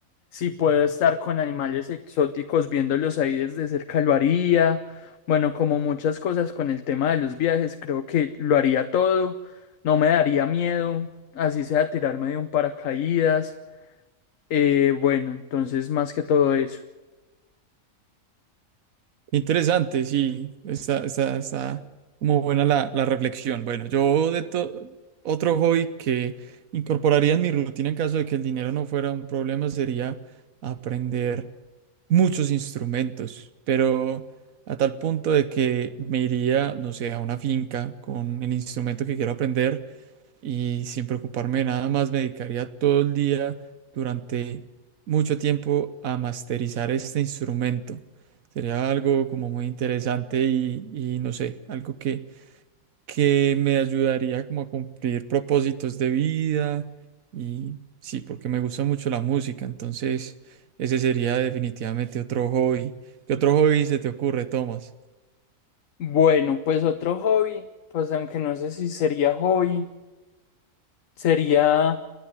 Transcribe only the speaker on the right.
Interesante, sí, está, está, está como buena la, la reflexión. Bueno, yo de to- otro hobby que incorporaría en mi rutina en caso de que el dinero no fuera un problema sería aprender muchos instrumentos, pero a tal punto de que me iría, no sé, a una finca con el instrumento que quiero aprender y sin preocuparme de nada más me dedicaría todo el día durante mucho tiempo a masterizar este instrumento. Sería algo como muy interesante y, y no sé, algo que, que me ayudaría como a cumplir propósitos de vida y sí, porque me gusta mucho la música, entonces ese sería definitivamente otro hobby. ¿Qué otro hobby se te ocurre, Tomás?